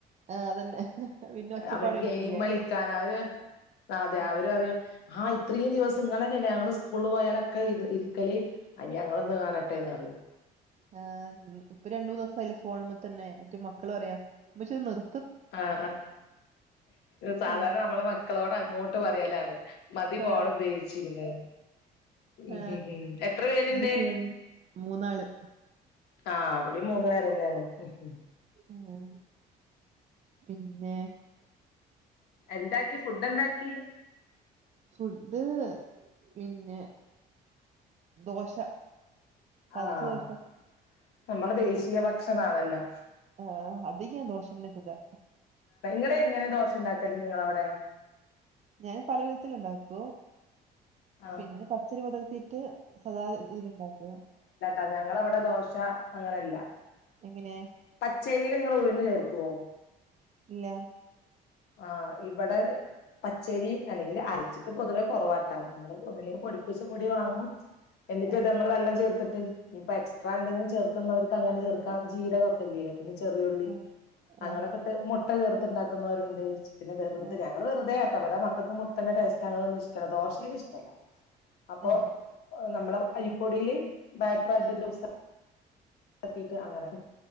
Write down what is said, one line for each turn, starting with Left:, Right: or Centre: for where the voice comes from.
Right: ആ അതന്നെ പിന്നെ ഒച്ചപ്പാടായിരിക്കില്ലേ
Left: അവര് ഗെയിം കളിക്കാനാ അവര് ആഹ് അതെ
Right: ആ,
Left: അവര് ആഹ് ഇത്രയും ദിവസം നിങ്ങൾ തന്നെയല്ലേ ഞങ്ങള് സ്കൂളിൽ പോയാലൊക്കെ ഇത് ഇരിക്കല് അനി ഞങ്ങളൊന്ന് കാണട്ടെന്നറിയു
Right: ആഹ് ഇപ്പൊ രണ്ടു മൂന്നിസായിലെ ഫോണ് മ്മതന്നെ എന്നിട്ട് മക്കള് പർയാ ഉമ്മച്ചി ഒന്ന് നിർ
Left: ആഹ് ആഹ് സാധാരണ
Right: ആ,
Left: നമ്മള് മക്കളോട് അങ്ങോട്ട് പറയലാണ്. മതി
Right: ആ,
Left: ഫോൺ ഉപയോഗിച്ചിരുന്ന് ഉ
Right: ആ,
Left: ഹ എത്ര പേരുണ്ട്.
Right: ഉമ്മച്ചി പറയും മൂന്നാള്
Left: ആഹ് വിടെയും മൂന്നു പേരന്നെയാണ് ഉം
Right: ആഹ് പിന്നെ
Left: എന്താക്കി ഫുഡ് എന്താക്കി
Right: ഫുഡ് പിന്നെ ദോശ പച്ച
Left: ആഹ്
Right: ദോശ
Left: നമ്മടെ ദേശീയ ഭക്ഷണാണല്ലോ
Right: ആഹ് അധികംദോഷല്ലാത്തതാ
Left: ങ്ങനെ ദോശ ഉണ്ടാക്കി <unintelligible> നിങ്ങള അവിടെ
Right: ഞാൻ പല വിധത്തി ഉണ്ടാക്കും
Left: ആഹ്
Right: പിന്നെ പച്ചരി കുതിർത്തിട്ട് സദാ ഇതിലണ്ടാക്കോ
Left: അതെ ഞങ്ങള അവിടെ ദോശ അങ്ങനെല്ല
Right: എങ്ങനെ
Left: പച്ചരീല് നിങ്ങളുഴുന്ന് ചേർക്കുവോ
Right: ഇല്ല
Left: ആഹ് ഇവിടെ പച്ചരി അല്ലെങ്കിൽ അരച്ചിട്ട് പൊതുവേ കൊറവാട്ട നമ്മള് ഒന്നുല്ലേൽ പൊടിപ്പിച്ച് പൊടി വാങ്ങും എന്നിട്ട്
Right: ആ
Left: അത് നമ്മള് വെള്ളം ചേർത്തിട്ട് ഇനി ഇപ്പൊ എക്സ്ട്രാ എന്തെങ്കിലും ചേർക്കുന്നവർക്ക് അങ്ങനെ ചേർക്കാ ജീരകക്കൊല്ല്യെ പിന്നെ ചെറിയുള്ളി
Right: ആ
Left: അങ്ങനൊക്കെ
Right: ആ
Left: ഇട്ട് മുട്ട ചേർത്ത്ണ്ടാക്കുന്നവര്ണ്ട്. പിന്നെ വെറുതെ
Right: ആ
Left: ഞ ഇവ്ടെ വെറുതെ ആട്ടാ ഇവ്ടെ മക്കൾക്ക് മുട്ടന്റെ ടേസ്റ്റ് അങ്ങനൊന്നും ഇഷ്ടല്ല ദോശേല് ഇഷ്ടല്ല അപ്പൊ
Right: ആ
Left: നമ്മള് അരിപ്പൊടിയില് ബാറ്ററാക്കി
Right: ആ
Left: ലൂസാ താക്കീട്ട് അങ്ങനെ.